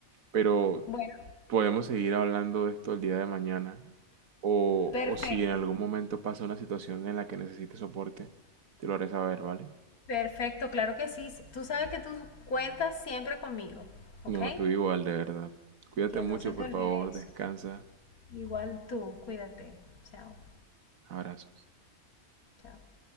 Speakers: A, on the right (about 70°); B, on the left (about 85°).
A: pero
B: Bueno,
A: podemos seguir hablando de esto el día de mañana. O,
B: perfecto.
A: o si en algún momento pasa una situación en la que necesites soporte, te lo haré saber, ¿vale?
B: Perfecto, claro que sí. Tú sabes que tú cuentas siempre conmigo, ¿ok?
A: No, tú igual, de verdad. Cuídate
B: Que
A: mucho,
B: no se
A: por
B: te olvide
A: favor, descansa.
B: eso. Igual tú, cuídate. Chao,
A: Abrazo.
B: chao.